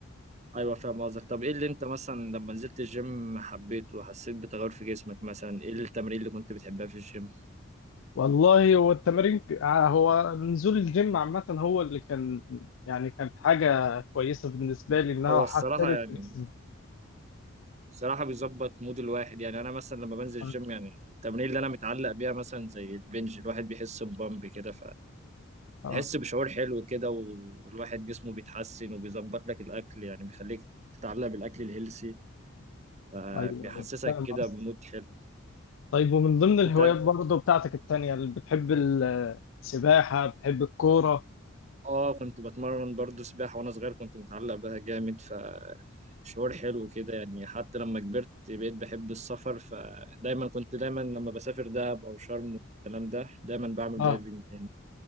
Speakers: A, on the right; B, on the left.
A: ايوه فاهم قصدك طب ايه اللي انت مثلا لما نزلت الجيم حبيته وحسيت بتغير في جسمك مثلا ايه التمرين اللي كنت بتحبها في الجيم
B: والله هو التمارين ك- آه، هو نزول الجيم عامة هو اللي كان يعني كانت حاجة كويسة بالنسبة لي إنها
A: هو الصراحة
B: حسنت
A: يعني
B: في جسمي
A: الصراحة بيظبط مود الواحد يعني أنا مثلا لما بنزل
B: اه
A: الجيم يعني التمرين اللي أنا متعلق بيها مثلا زي البنج الواحد بيحس ببامب كده
B: آه،
A: فتحس بشعور حلو كده والواحد جسمه بيتحسن وبيظبط لك الأكل يعني بيخليك تتعلق بالأكل الهيلسي فبيحسسك
B: أيوه أيوه فاهم
A: كده
B: قصدك
A: بمود حلو
B: طيب ومن ضمن الهوايات
A: أنت
B: برضه بتاعتك التانية اللي بتحب السباحة بتحب الكورة
A: اه كنت بتمرن برضو سباحة وانا صغير كنت متعلق بها جامد فشعور حلو كده يعني حتى لما كبرت بقيت بحب السفر فدايما كنت دايما لما بسافر دهب او شرم والكلام ده دايما بعمل
B: اه
A: دايفنج يعني